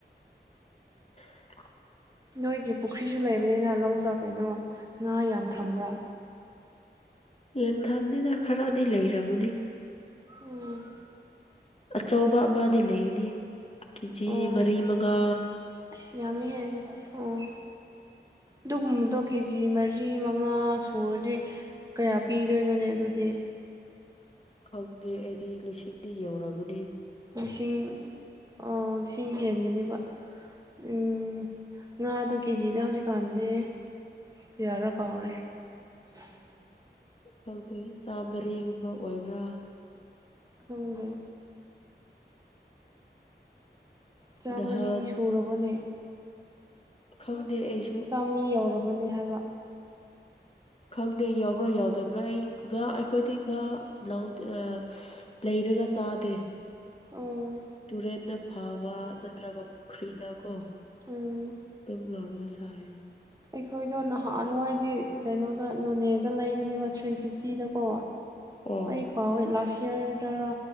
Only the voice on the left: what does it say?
<inaudible>
ꯌꯦꯟ ꯊꯪꯅꯤꯅꯥ ꯈꯔꯗꯤ ꯂꯩꯔꯝꯃꯅꯤ
ꯑꯆꯧꯕ ꯑꯃꯗꯤ ꯂꯩꯒꯅꯤ ꯀꯦꯖꯤ
ꯃꯔꯤ ꯃꯉꯥ
ꯈꯪꯗꯦ ꯑꯩꯗꯤ ꯂꯤꯁꯤꯡꯗꯤ ꯌꯧꯔꯝꯃꯅꯤ
ꯀꯧꯗꯔ꯭ꯤ ꯆꯥꯝꯗ ꯂꯩꯕ ꯑꯣꯏꯕ꯭ꯔꯥ
ꯅꯍꯥꯟ
ꯈꯪꯗꯦ ꯑꯩꯁꯨ
ꯈꯪꯗꯦ ꯌꯥꯎꯕ꯭ꯔꯥ ꯌꯥꯎꯗꯕ꯭ꯔꯥ ꯑꯩ ꯉꯥ ꯑꯩꯈꯣꯏꯗꯤ ꯉꯥ ꯂꯧꯗꯦ ꯑꯥ ꯂꯩꯔꯒ ꯆꯥꯗꯦ
ꯇꯨꯔꯦꯟꯗ ꯐꯥꯕ ꯅꯠꯇ꯭ꯔꯒ ꯄꯨꯈ꯭ꯔꯤꯗ ꯀꯣ
ꯑꯗꯨꯝ ꯂꯧꯔꯨꯒ ꯆꯥꯔꯦ
ꯑꯣ